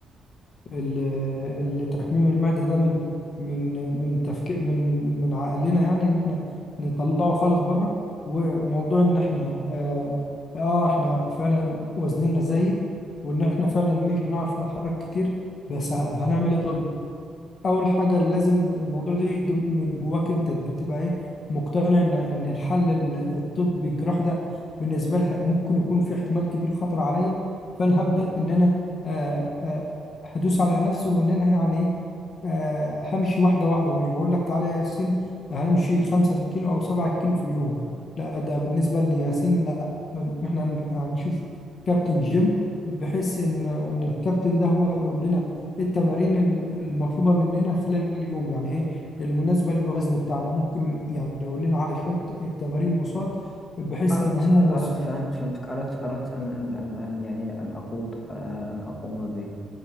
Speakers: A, on the left; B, on the left.
A: ال- ال- تكميم المعدة ده من من من تفكير من من عقلنا يعني ان احنا نطلعه خالص بره وموضوع ان احنا اه, آه احنا فعلا وزننا زايد وان احنا فعلا مش بنعرف نتحرك كتير بس هنعمل ايه طيب اول حاجه لازم الموضوع ده يجي من جواك انت انت تبقى ايه مقتنع ان ان الحل ال- الطبي الجراحي ده بالنسبه لها ممكن يكون في احتمال كبير خطر عليا فانا هبدا ان انا آه آه هدوس على نفسي وان انا يعني ايه آه همشي واحده واحده أنا مش بقول لك تعالى يا ياسين هنمشي 5 كيلو او 7 كيلو في اليوم لا ده بالنسبه لياسين لا أم، احنا هن- هنشوف كابتن جيم بحيث ان ان الكابتن ده هو يقول لنا التمارين ال- المطلوبة مننا خلال اليوم يعني ايه المناسبة للوزن بتاعنا ممكن يعني يقول لنا على شوية التمارين بساط بحيث
B: أردت
A: ان هم
B: أردت فهمت فهمتك أردت أردت أن أن أن أن يعني أن أقود آه، أن أقوم ب